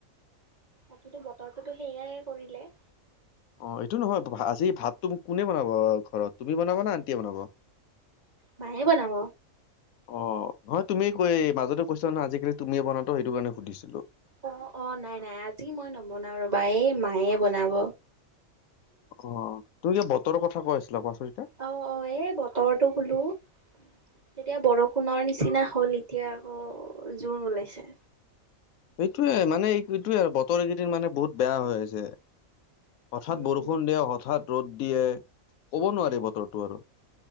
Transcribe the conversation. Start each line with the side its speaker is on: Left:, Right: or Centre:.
Right: বাকী বতৰটোতো সেইয়াই কৰিলে।
Left: অ'এইটো নহয় আজি ভাতটো কোনে বনাব ঘৰত তুমি বনাবা নে আণ্টিয়ে বনাব।
Right: মায়ে বনাম।
Left: অ নহয় তুমি কৈ মাজতে কৈছা নে আজিকালি তুমে বনাতো সেইটো কাৰণে সুধিছিলো।
Right: অ' অ' নাই নাই আজি মই নবনাও ৰবা এই মায়ে বনাব।
Left: অ' তোৰ এয়া বতৰৰ কথা কৈ আছিলা কোৱাচোন। এতিয়া?
Right: অ' অ' এ বতৰটোো বলো তেতিয়া বৰষুণৰ নিচিনা। হ'ল এতিয়া আকৌ জোৰোন ওলাইছে
Left: সেইটোয়ে মানে এই এইটোয়ে বতৰ কেইদিন মানে বহুত বেয়া হৈ আছে হঠাৎ
Right: উম
Left: বৰষুণ দিয়ে হঠাৎ ৰ'দ দিয়ে ক'ব নোৱাৰি বতৰটো আৰু